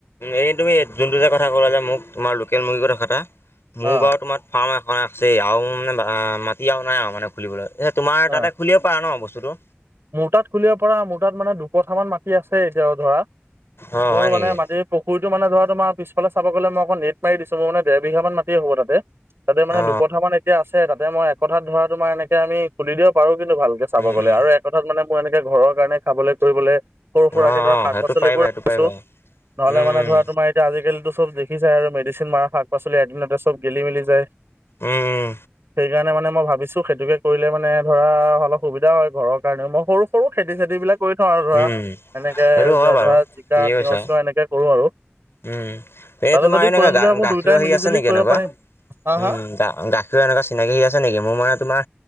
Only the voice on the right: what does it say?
অ
অ
মোৰ তাত খুলিব পাৰা, মোৰ তাত মানে দুকঠামান মাটি আছে এতিয়াও ধৰা,
মোৰ
মানে মাটি পুখুৰটো মানে ধৰা তোমাৰ পিছফালে চাব গ'লে মই অকণমান নেট মাৰি দিছো মোৰ মানে দেৰ বিঘা মান মাটি হ'ব তাতে। তাতে মানে
দুকথা মান এতিয়া আছে, তাতে মই এক কথাত ধৰা তোমাৰ এনেকে আমি খুলি দিব পাৰো কিন্তু ভালকে চাব
গ'লে
আৰু এক কথাত মানে মোৰ এনেকে ঘৰৰ কাৰণে খাবলে কৰিবলে সৰু সুৰাকে
ধৰা
শাক
পাচলিবোৰ
ৰাখিছো,
নহ'লে
মানে ধৰা তোমাৰ এতিয়া আজিকালিটো চব দেখিছায় আৰু মেডিচিন মাৰা শাক পাচলি এদিনতে চব গেলি মেলি যায়।
সেইকাৰণে মানে মই ভাবিছো, সেইটোকে কৰিলে মানে ধৰা অলপ সুবিধা হয় ঘৰৰ কাৰণে, মই সৰু- সৰু খেতি চেতি বিলাক কৰি থওঁ আৰু ধৰা।
এনেকে
ধৰা জিকা
তিয়হ
চিয়হ এনেকে কৰো আৰু।
তাতে
যদি
কৰিম বুলি
ভাবো
দুয়োটাই
মিলি
জুলি
কৰিব
পাৰিম। হা
হা?